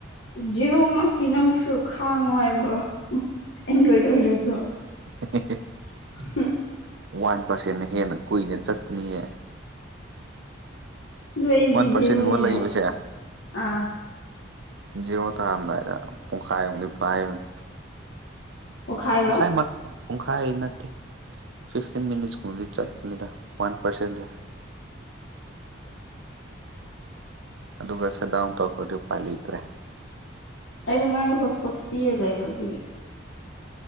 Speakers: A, on the left (about 65°); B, on the right (about 70°).
A: ꯖꯦꯔꯣꯃꯛꯇꯤ ꯅꯪꯁꯨ ꯈꯥꯡꯉꯣ ꯍꯥꯏꯕ꯭ꯔꯣ ꯑꯦꯟꯗ꯭ꯔꯣꯏꯗ ꯑꯣꯏꯔꯁꯨ
B: <unintelligible>
A: ꯍꯨꯡ
B: ꯋꯥꯟ ꯄꯥꯔꯁꯦꯟꯅ ꯍꯦꯟꯅ ꯀꯨꯏꯅ ꯆꯠꯄꯅꯤꯍꯦ
A: ꯑꯗꯨ ꯑꯩꯒꯤꯗꯤ
B: ꯋꯥꯟ ꯄꯥꯔꯁꯦꯟꯒꯨꯝꯕ
A: ꯖꯦꯔꯣꯅꯤꯅ
B: ꯂꯩꯕꯁꯦ
A: ꯑꯥ
B: ꯖꯤꯔꯣ ꯇꯥꯔꯝꯗꯥꯏꯗ ꯄꯨꯡꯈꯥꯏ ꯑꯃꯗꯤ ꯄꯥꯏꯕꯅꯤ
A: ꯄꯣꯛꯈꯥꯏꯕ
B: ꯄꯨꯡꯈꯥꯏꯃꯛ ꯄꯨꯡꯈꯥꯏ ꯅꯠꯇꯦ ꯐꯤꯐꯇꯤꯟ ꯃꯤꯅꯤꯠꯁ ꯀꯨꯝꯕꯗꯤ ꯆꯠꯄꯅꯤꯗꯥ ꯋꯥꯟ ꯄꯔꯁꯦꯟꯗꯤ ꯑꯗꯨꯒ ꯁꯠꯗꯥꯎꯟ ꯇꯧꯈ꯭ꯔꯗꯤ ꯎꯄꯥꯏ ꯂꯩꯇ꯭ꯔꯦ
A: ꯑꯩꯗꯣ ꯉꯔꯥꯡꯗꯣ ꯍꯣꯠꯁꯄꯣꯠꯁ ꯄꯤꯔ ꯂꯩꯕ ꯑꯗꯨꯒꯤ